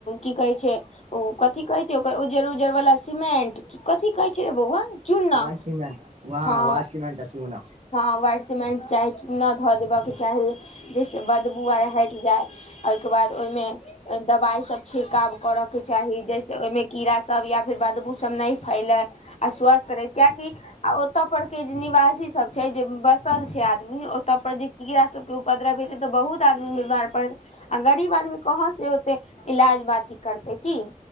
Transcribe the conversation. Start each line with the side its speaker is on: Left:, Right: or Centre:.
Left: की कहै छै उ कथी कहै छै ओकर उज्जर-उज्जर वला सीमेंट की कथि कहै के बौअवा चुन्ना
Right: वैह सीमेंट वहाँ
Left: हां।
Right: वैह सीमेंट आ चूना
Left: हां वाइट सिमेंट चाही, चूना धऽ देबा के चाही जै से बदबू आर हैट जाय। ए के बाद ओय मे दवाय सब छिड़काव करक के चाही जै से ओयमे कीड़ा सब या फिर बदबू सब नै फैले। आ स्वस्थ रही कियाएकि आ ओता पर के जे निवासी सब छै जे बसल छै आ ओता पर जे कीड़ा सबके उपद्रव हेतै त बहुत आदमी बीमार पड़तै आ गरीब आदमी कहाँ से ओते इलाज बाती करतै की।